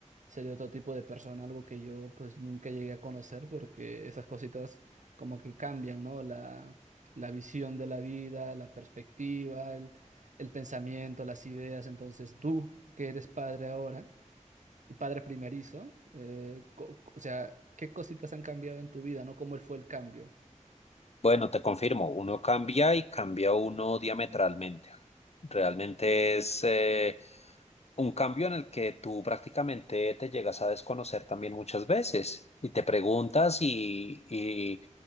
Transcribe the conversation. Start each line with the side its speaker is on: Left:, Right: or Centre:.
Right: sería otro tipo de persona, algo que yo, pues, nunca llegué a conocer, porque esas cositas como que cambian, ¿no? La, la visión de la vida, la perspectiva, el, el pensamiento, las ideas. Entonces, tú, que eres padre ahora, y padre primerizo, eh, co- o sea, ¿qué cositas han cambiado en tu vida, ¿no? ¿Cómo fue el cambio?
Left: Bueno, te confirmo, uno cambia y cambia uno diametralmente. Realmente es eh, un cambio en el que tú prácticamente te llegas a desconocer también muchas veces y te preguntas y, y,